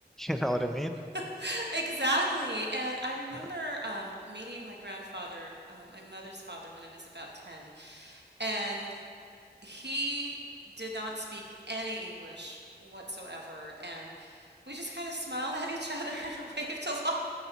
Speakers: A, in the centre; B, on the right.
A: you know what I mean?
B: <laughs> Exactly. And I remember
A: Yeah,
B: um, meeting my grandfather, uh, my mother's father, when I was about 10, and he did not speak any English whatsoever. And we just kind of smiled at each other <laughs> and waved along.